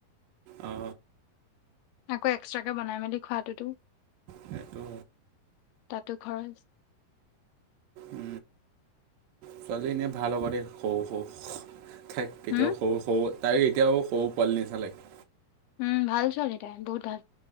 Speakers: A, on the right (about 70°); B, on the left (about 80°).
A: অ, অ'।
B: আকৌ এক্সট্ৰাকৈ বনাই মেলি খোৱাটোতো
A: সেইটো
B: তাতো খৰচ
A: উ, ছোৱালী এনে ভাল হ'ব দে হ শ ঠাইক কেতিয়াও
B: হম
A: সৰু সৰু তাই এতিয়াও সৰু পোৱালি নিচা লাগে।
B: উম, ভাল ছোৱালী তাই বহুত ভাল